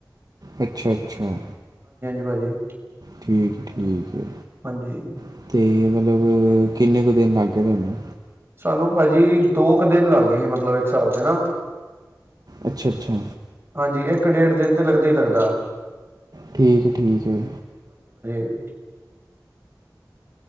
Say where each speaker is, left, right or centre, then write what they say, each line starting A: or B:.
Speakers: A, on the right; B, on the right.
A: ਅੱਛਾ ਅੱਛਾ
B: ਠੀਕ ਜੀ
A: ਠੀਕ ਠੀਕ ਹੈ
B: ਹਾਂਜੀ
A: ਅਤੇ ਮਤਲਬ ਕਿੰਨੇ ਕੁ ਦਿਨ ਲੱਗ ਗਏ ਤੁਹਾਨੂੰ
B: ਸਾਨੂੰ ਭਾਜੀ ਦੋ ਕੁ ਦਿਨ ਲੱਗ ਗਏ ਸੀ ਮਤਲਬ ਇੱਕ ਹਿਸਾਬ ਦੇ ਨਾ
A: ਅੱਛਾ ਅੱਛਾ
B: ਹਾਂਜੀ ਇੱਕ ਡੇਢ ਦਿਨ ਤੇ ਲੱਗਦਾ ਹੀ ਲੱਗਦਾ
A: ਠੀਕ ਹੈ ਠੀਕ ਹੈ ਜੀ
B: <inaudible>